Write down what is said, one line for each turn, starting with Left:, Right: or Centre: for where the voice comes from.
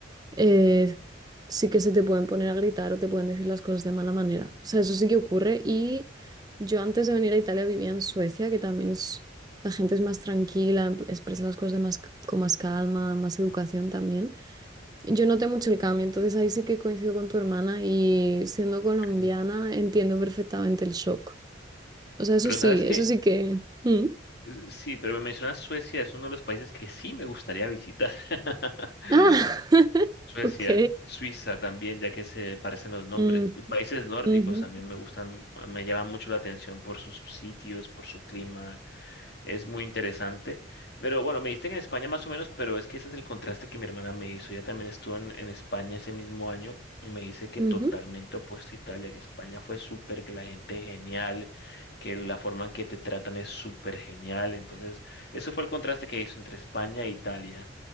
Right: eh, sí que se te pueden poner a gritar o te pueden decir las cosas de mala manera. O sea, eso sí que ocurre y yo antes de venir a Italia vivía en Suecia, que también es, la gente es más tranquila, em- expresa las cosas de más, c- con más calma, más educación también. Yo noté mucho el cambio, entonces ahí sí que coincido con tu hermana y siendo colombiana
Left: <laughs>
Right: entiendo perfectamente el shock. O sea, eso
Left: Pero
Right: sí,
Left: sabes
Right: eso
Left: que
Right: sí que... mm.
Left: Eh, Sí, pero me mencionas Suecia, es uno de los países que sí me gustaría visitar. <laughs>
Right: Ah, <laughs>
Left: Suecia,
Right: ok.
Left: Suiza también, ya que se parecen los nombres.
Right: Mm,
Left: Y Países nórdicos
Right: ujú,
Left: también me gustan, me llaman mucho la atención por sus sitios, por su clima, es muy interesante. Pero bueno, me diste que en España más o menos, pero es que ese es el contraste que mi hermana me hizo. Ella también estuvo en, en España ese mismo año y me dice que
Right: ujú,
Left: totalmente opuesto a Italia, que España fue súper, que la gente es genial, que la forma en que te tratan es súper genial. Entonces, eso fue el contraste que hizo entre España e Italia.